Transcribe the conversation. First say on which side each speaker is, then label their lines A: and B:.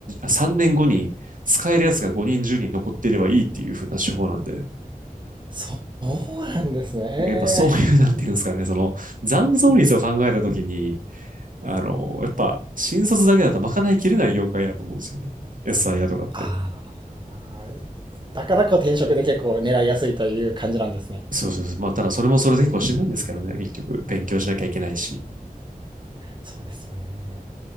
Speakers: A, on the right; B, on the right.
A: 3年後に使えるやつが5人、10人残っていればいいっていう風な手法なんで。
B: そうなんですね。
A: やっぱそういう、
B: えー
A: なんていうんですかね、その残存率を考えたときに、あの、やっぱ、新卒だけだとまかないきれない業界やと思うんですよね。SIR とかって。
B: ああ、だからこう転職で結構狙いやすいという感じなんですね。
A: そうそうそう。まあ、ただそれもそれで結構しんどいんですけどね、結局。勉強しなきゃいけないし。
B: そうですよね。